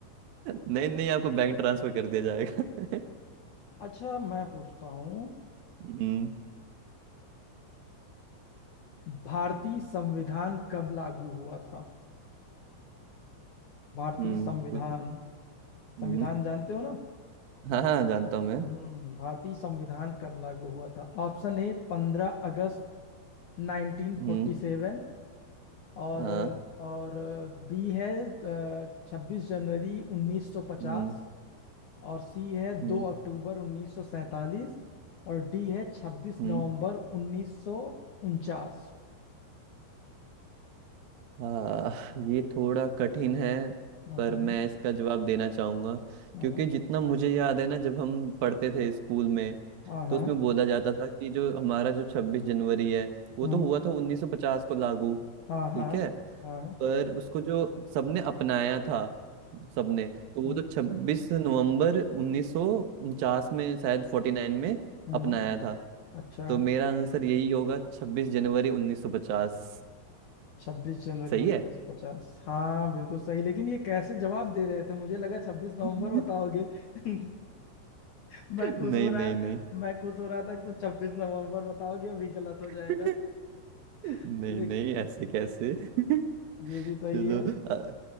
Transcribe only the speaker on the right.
नहीं नहीं आपको बैंक ट्रांसफर कर दिया जाएगा <laughs>
हम्म
हम्म
पु- हम्म,
हाँ हाँ जानता हूँ मैं
हम्म
हाँ
हम्म
हम्म
हम्म
हाँ ये थोड़ा कठिन है
पर
मैं इसका जवाब देना चाहूंगा
क्योंकि जितना मुझे याद है ना जब हम पढ़ते थे स्कूल में
तो उसमें बोला जाता था कि जो हमारा जो छब्बीस जनवरी है वो
तो हुआ था उन्नीस सौ पचास को लागू
ठीक
है
पर उसको जो सबने अपनाया था सबने तो वो
तो 26 नवंबर 1949 में शायद 49 में
अपनाया था
तो मेरा आंसर यही होगा 26 जनवरी 1950
सही
है
<laughs>
नहीं
नहीं नहीं
<laughs>
नहीं
नहीं ऐसे कैसे <laughs>
चलो
अ-